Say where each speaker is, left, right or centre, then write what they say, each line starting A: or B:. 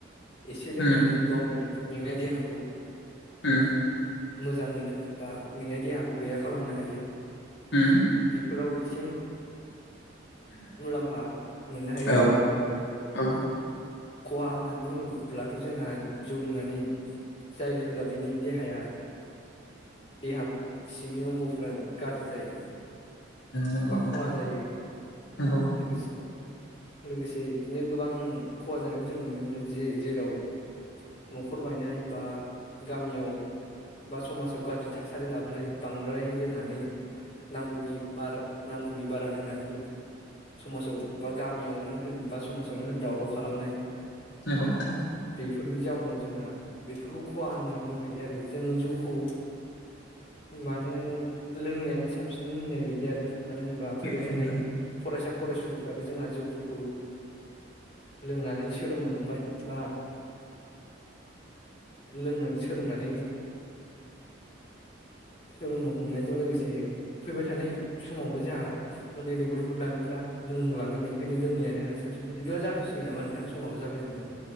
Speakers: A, on the left; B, on the left.
A: एसे लोंनानै
B: नंगौ
A: गावनि मेंनाय देहाखौ
B: उम।
A: मोजां मोनो बा मेंनाय देहाखौ गैया खालामनो हायो।
B: औ
A: बेफोराव ए से मुलाम्फा मोननो हायो
B: औ
A: जोङो।
B: उम
A: खहा होननानै बुङो ब्लाथ' जोंहा जौ लोंनानै जाय लोंग्रा बिनि देहाया देहा सिंनि अंगफ्रा गाज्रि जायो।
B: नंगौ
A: बा
B: नोंथां
A: खहा जायो
B: नंगौ
A: लोगोसे लोगोसे बिदिनो गोबां खहा जानायखौ जों नुनो मोनो जे जे न'खर बायनाय बा गामियाव बा समाजाव गाज्रि थासारि लाबोनाय बांद्राय लोंनानै नांगौनि बारा नांगौनि बारा लोंनानै समाजाव बा गामियावनो होन बा समाजावनो होन दावराव खालामनाय।
B: नोंगौ नोंथां।
A: बेफोरनि जाउनाव जोंहा बेफोरखौ खहा होनना बुंनो हायो आरो जों जौखौ माने लोङैयानो साबसिन होननाय बायदि आरो। मानो होनबा फैबाय
B: नंगौ
A: थानाय
B: नोंथां
A: फरायसा फरायसुलिफ्राबो जोंहा जौफोरखौ लोंनानै सोलोंनो हमबाय। बा। लोंनानै सोलोंनानै सोलोंनो हमनायजों लोगोसे फैबाय थानाय समावबो जोंहा उन्दै उन्दै गथ'फोर लाइमोनफ्रा लोंलांगोन बेनिखायनो लोङैयानो साबसिन बिदि जाथ'सिगोन नामा नोंथां समावबो जाबाय जोंना।